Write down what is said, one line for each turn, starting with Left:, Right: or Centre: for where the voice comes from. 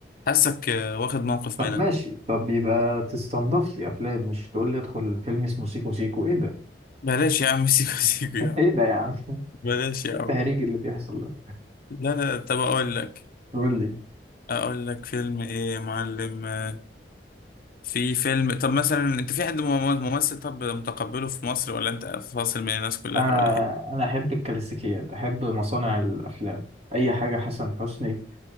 Left: حاسك آه، واخد موقف
Right: طب
Left: منها
Right: ماشي طب يبقى تستنضف لي افلام مش تقول لي ادخل فيلم اسمه سيكو سيكو ايه ده <laughs>
Left: بلاش يا عم <laughs> سيكو سيكو يا عم
Right: ايه ده يا عم ايه
Left: بلاش يا
Right: التهريج
Left: عم
Right: اللي بيحصل ده
Left: لا لا طب اقول لك
Right: قول لي
Left: اقول لك فيلم ايه يا معلم آه، في فيلم طب مثلا انت في حد مم- ممثل طب متقبله في مصر ولا انت فاصل من الناس كلها
Right: آه
Left: ولا ايه
Right: أنا أحب الكلاسيكيات أحب مصانع الأفلام أي حاجة حسن حسني